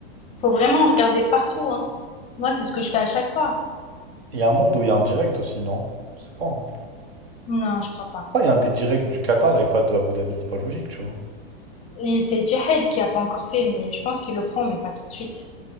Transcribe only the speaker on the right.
Il y a un monde où il y a un direct aussi, non? Je sais pas. hein.
Ah, il y a un des directs du Qatar et pas de Abu Dhabi, c'est pas logique, tu vois.